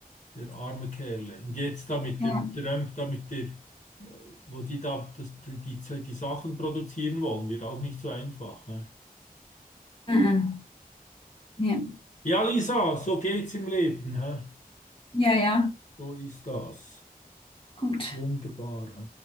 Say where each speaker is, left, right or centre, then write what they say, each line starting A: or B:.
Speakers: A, on the left (about 50°); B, on the left (about 35°).
A: Der arme Kerle. Und jetzt da mit
B: ja,
A: dem Trump, da mit der, wo die da das, die, die, die Sachen produzieren wollen, wird auch nicht so einfach, hä?
B: mhm. Ja,
A: Ja, Lisa, so geht's im Leben. Hä?
B: ja, ja,
A: So ist das.
B: gut.
A: Wunderbar. Hä?